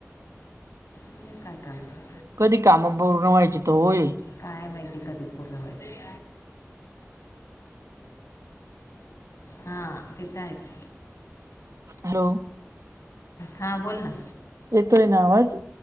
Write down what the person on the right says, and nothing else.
कधी कामं बोलून व्हायची ओ ये.
हॅलो.
येतोय ना आवाज.